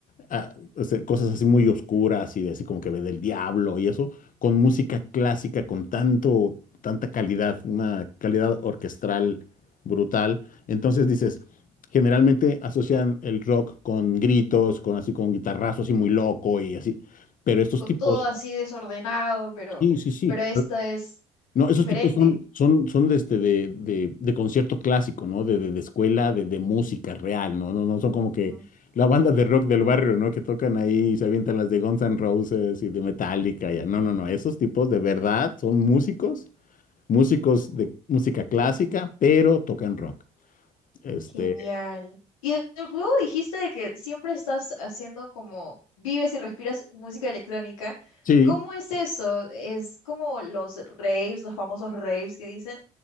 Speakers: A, on the left; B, on the left.
A: ah, o cosas así muy oscuras y de así como que ve del diablo y eso, con música clásica, con tanto, tanta calidad, una calidad orquestral brutal. Entonces dices, generalmente asocian el rock con gritos, con así, con guitarrazos así muy loco y así. Pero estos
B: Con
A: tipos,
B: todo así desordenado, pero,
A: sí, sí, sí.
B: pero esto es
A: No, esos
B: diferente.
A: tipos son, son, son de este de, de, de concierto clásico, ¿no? De, de, de escuela, de, de música real, ¿no? No, no son como
B: Ujú,
A: que la banda de rock del barrio, ¿no? Que tocan ahí y se avientan las de Guns N' Roses y de Metallica, ya. No, no, no. Esos tipos de verdad son músicos, músicos de música clásica, pero tocan rock. Este,
B: Genial. Y de- de- luego dijiste de que siempre estás haciendo como vives y respiras música electrónica.
A: sí.
B: ¿Cómo es eso? ¿Es como los raves, los famosos raves que dicen?